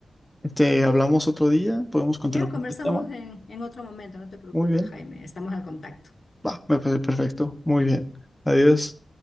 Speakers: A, in the centre; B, on the left (about 60°).
A: este, hablamos otro día, podemos continuar
B: Ya conversamos
A: con este tema.
B: en, en otro momento, no te preocupes,
A: Muy bien,
B: Jaime, estamos al contacto.
A: va, me parece perfecto. Muy bien. Adiós.